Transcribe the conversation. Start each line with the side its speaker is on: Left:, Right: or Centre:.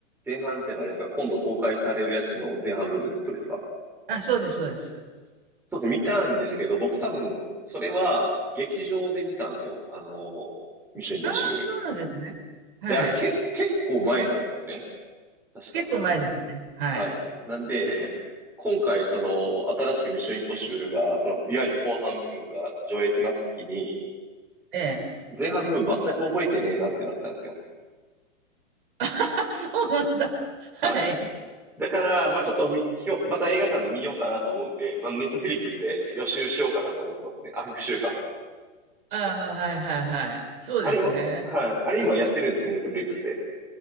Centre: 前半ってのはあれですか。今度公開されるやつの前半部分ってことですか。
Right: あ、そうです、そうです。
Centre: そうですね。見たんですけど、僕多分、それは劇場で見たんですよ。あの、ミッションインポッシブル。
Right: ああ、そうなんですね。はい。
Centre: で、あれけ、結構前なんですよね。確か。
Right: 結構前ですね。はい。
Centre: はい。なんで、<laughs> 今回、その、新しくミッションインポッシブルが、その、いわゆる後半部分が上映ってなった時に、
Right: ええ。
Centre: 前半部分全く覚えてねえなってなったんですよ。
Right: <laughs> あ、そうなんだ。
Centre: はい。
Right: はい。
Centre: だから、まあちょっとみ、今日、また映画館で見ようかなと思うんで、まあネットフリックスで予習しようかなと思ってますね。あ、復習か。
Right: ああ、はいはいはい。そうですね。
Centre: あれ今、はい。あれ今やってるんですよ、ネットフリックスで。